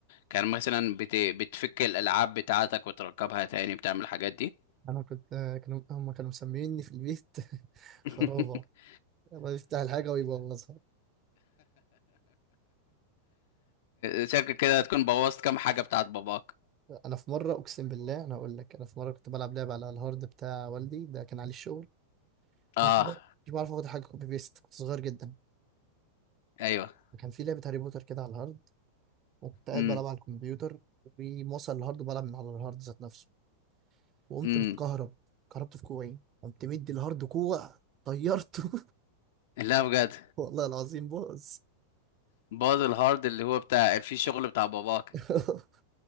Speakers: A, on the left; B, on the right.
A: كان مثلا بت... بتفك الالعاب بتاعتك وتركبها تاني بتعمل الحاجات دي
B: انا كنت آه، كانوا هم كانوا مسميني في البيت <laughs>
A: <laughs>
B: خرابه يلا يفتح الحاجه ويبوظها
A: شكل كده تكون بوظت كام حاجه بتاعت باباك
B: انا في مره اقسم بالله انا اقول لك انا في مره كنت بلعب لعبه على الهارد بتاع والدي ده كان عليه الشغل
A: اه
B: ممكن بقى مش بعرف اخد حاجه كوبي بيست كنت صغير جدا
A: ايوه
B: كان في لعبه هاري بوتر كده على الهارد وكنت قاعد
A: امم
B: بلعب على الكمبيوتر وموصل الهارد وبلعب من على الهارد ذات نفسه وقمت
A: امم
B: متكهرب كهربت في كوعي قمت مدي الهارد كوع طيرته
A: لا بجد
B: <laughs> والله العظيم بوظ
A: باظ الهارد اللي هو بتاع في شغل بتاع باباك
B: <laughs>